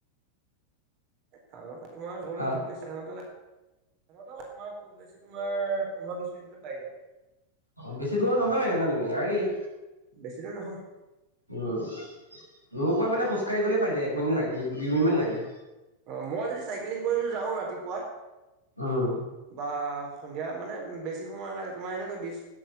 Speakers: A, on the right; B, on the right.
A: টাউনৰ পৰা তোমাৰ ঘৰলে
B: হা
A: খুব বেছি আধাঘণ্টা লাগে। <unintelligible> তোমাৰ খুব বেছি তোমাৰ পোন্ধৰ বিছ মিনিটতে পাই যাওঁ।
B: অ' বেছি দূৰৰ নহয় মানে ন তুমি ইয়াৰেই।
A: বেছি দূৰ নহয়
B: উম, মোৰ পৰা মানে খোজকাঢ়ি গলে পাই যায় এক মিনিট লাগে দু - দুই মিনিট মান লাগে।
A: অ' মই যদি চাইকেলিং কৰি যাওঁ ৰাতিপুৱা,
B: উম
A: বা সন্ধিয়া মানে বেছি সময় নালাগে তোমাৰ এনেকৈ বিছ